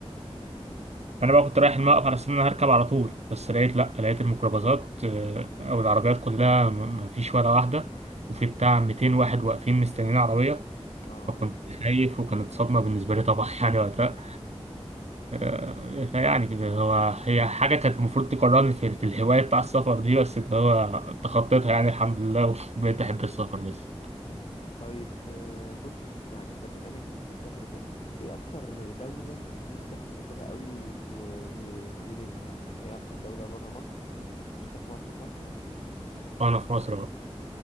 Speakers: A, on the right; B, on the left.
A: أنا بقى كنت رايح الموقف على أساس إن أنا هركب على طول بس لقيت لأ لقيت الميكروباصات آه، أو العربيات كلها م- مفيش ولا واحدة وفي بتاع 200 واحد واقفين مستنيين عربية
B: اه
A: فكنت خايف وكانت صدمة بالنسبة لي طبعا <laughs> يعني وقتها آه، فيعني كده هو هي حاجة كانت المفروض تقررني في, في الهواية بتاع السفر دي بس اللي هو تخطيتها يعني الحمد لله وبقيت أحب السفر لسه
B: مم. طيب آه، بص يعني انت بما انك بتحب تسافر وكده ايه اكتر دولة نفسك تسافرها قوي و... و... وليه يعني ايه اكتر دولة بره مصر مش انت في مصر صح
A: وأنا في مصر بقى